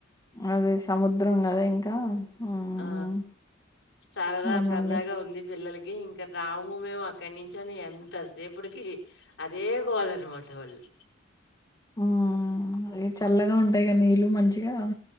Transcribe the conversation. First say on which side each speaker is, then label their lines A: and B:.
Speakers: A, on the left; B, on the left.
A: అది సముద్రం కదా ఇంకా ఉమ్
B: ఆ సరదా
A: అవునండి
B: సరదాగా ఉంది పిల్లలకి ఇంక రాము మేము అక్కడి నుంచి అని ఎంతసేపటికి అదే గోళ అనమాట వాళ్ళు
A: ఉం ఉమ్ అయ్యో చల్లగా ఉంటాయి గా నీళ్ళు మంచిగా